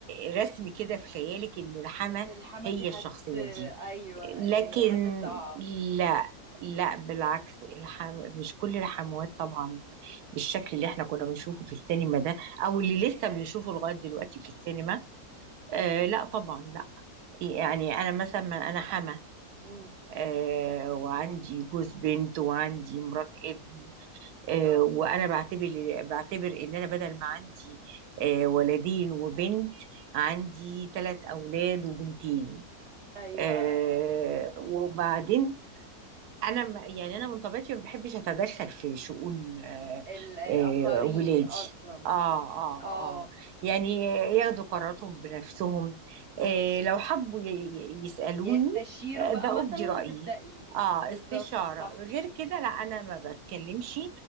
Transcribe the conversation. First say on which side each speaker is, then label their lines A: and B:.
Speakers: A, on the right; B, on the right.
A: رسم كده في خيالك ان الحما
B: إن الحما
A: هي
B: دي حد
A: الشخصيه دي
B: أيوة إن
A: لكن
B: هي حد صعب
A: لا لا بالعكس الحم... مش كل الحموات طبعا بالشكل اللي احنا كنا بنشوفه في السينما ده او اللي لسه بنشوفه لغايه دلوقتي في السينما آه لا طبعا لا يعني انا مثلا ما انا حما
B: امم
A: آه وعندي جوز بنت وعندي مرات ابن آه
B: اه
A: وانا بعتبر بعتبر ان انا بدل ما عندي آه ولدين وبنت عندي ثلاث اولاد وبنتين
B: ايوه
A: آه وبعدين انا ما- يعني انا من طبيعتي ما بحبش اتدخل في شؤون آه،
B: ال الاخرين
A: آه، ولادي
B: اصلا
A: اه اه
B: اه
A: اه يعني ياخدوا قراراتهم بنفسهم
B: امم
A: آه، لو حبوا ي- ي- يسالوني
B: يستشيروا
A: آه،
B: بقى
A: بأبدي
B: مثلا
A: رايي
B: هتبدأي
A: اه
B: بالظبط
A: استشاره
B: صح
A: غير كده لا انا ما بتكلمش